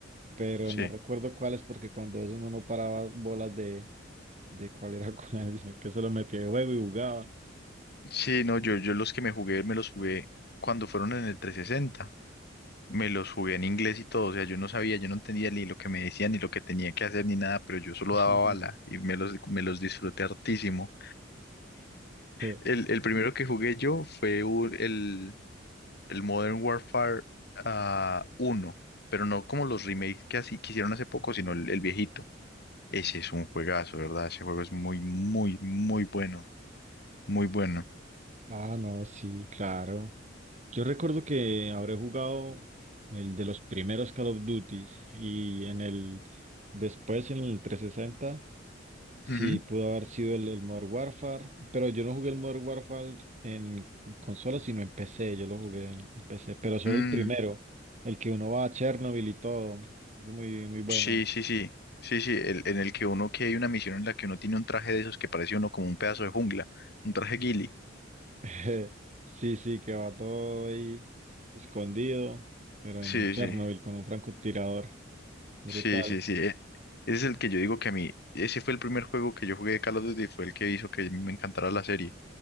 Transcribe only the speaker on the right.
pero
no recuerdo cuáles porque cuando eso uno no paraba bolas de, de cuál era <laughs> cuál, sino que se lo metía de juego y jugaba.
<laughs>
Eh,
Ah, no, sí, claro. Yo recuerdo que habré jugado el de los primeros Call of Duty y en el después en el trescientos sesenta Sí,
pudo haber sido el, el Modern Warfare, pero yo no jugué el Modern Warfare en consola, sino en PC, yo lo jugué en en PC, pero solo
el primero, el que uno va a Chernobyl y todo, es muy, muy bueno.
<laughs> Sí, sí, que va todo ahí escondido, pero
en el Chernobyl
con un francotirador, brutal.